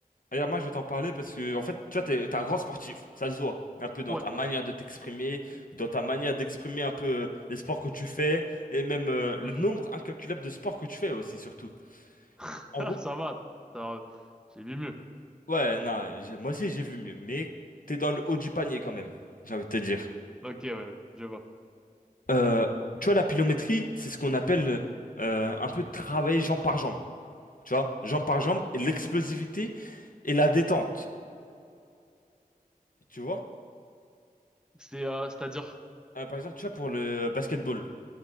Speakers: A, on the left (about 65°); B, in the centre.
A: regarde, moi, je vais t'en parler parce que, en fait, toi, t'es, t'es un grand sportif. Ça se voit. Un peu dans
B: Ouais.
A: ta manière de t'exprimer, dans ta manière d'exprimer un peu euh, les sports que tu fais, et même euh, le
B: Mhm.
A: nombre incalculable de sports que tu fais aussi, surtout.
B: <laughs>
A: En
B: Ah,
A: gros,
B: Ça va. Ça, j'ai vu mieux.
A: ouais, non, j'ai- moi aussi, j'ai vu mieux, mais t'es dans le haut du panier quand même, j'ai envie de te dire.
B: Ok, ouais, je vois.
A: Euh, tu vois, la pilométrie, c'est ce qu'on appelle euh, un peu travailler jambe par jambe. Tu vois, jambe par jambe, et l'explosivité et la détente. Tu vois?
B: C'est, euh, c'est-à-dire.
A: Euh, par exemple, tu vois, pour le basketball.